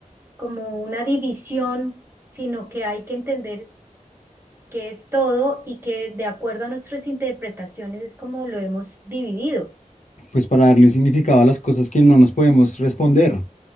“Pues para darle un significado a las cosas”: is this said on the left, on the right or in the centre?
Left